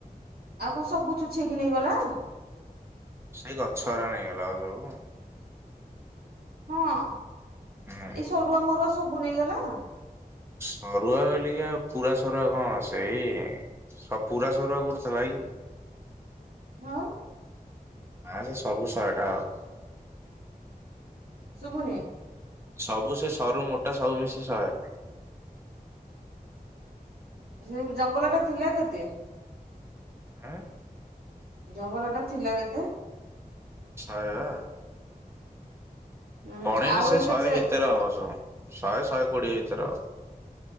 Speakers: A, on the right; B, on the right.
A: ଆଉ କଣ ସବୁ ଚଛେଇକି ନେଇ ଗଲା।
B: ସେଇ ଗଛ ଉରା ନେଇଗଲା ବା ସବୁ।
A: ହଁ ଏଇ
B: ହୁଁ
A: ସରୁଆ ମରୁଆ ସବୁ ନେଇଗଲା
B: ସରୁଆ ବୋଲିକି ଆଉ ପୁରା ସରୁଆ କଣ ସେଇ ସ ପୁରା ସରୁଆ କଉଠି ଥିଲା କି।
A: ଆଉ।
B: ନାଁ ସେ ସବୁ ଶହେ ଟା ହବ।
A: ଶୁଭୁନି।
B: ସବୁ ସେ ସରୁ ମୋଟା ସବୁ ମିଶି ଶହେ।
A: ସେ ଜଙ୍ଗଲ ଟା ଥିଲା କେତେ।
B: ଆଁ।
A: ଜଙ୍ଗଲ ଟା ଥିଲା କେତେ?
B: ଶହେ ବା।
A: ଉଁ
B: ଗଣିଲେ
A: ଆଉ
B: ସେ
A: ଏବେ
B: ଶହେ
A: ଚେ
B: ଭିତରେ ହବ ସବୁ ଶହେ ଶହେ କୋଡିଏ ଭିତରେ ହବ।